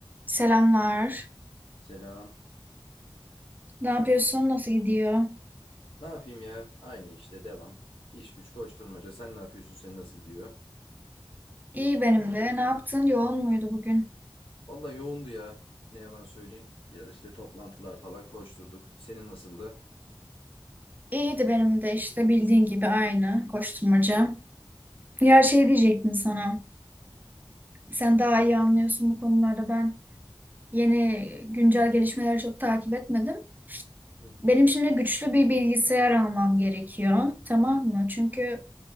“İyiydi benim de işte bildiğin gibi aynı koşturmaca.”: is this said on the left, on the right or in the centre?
Right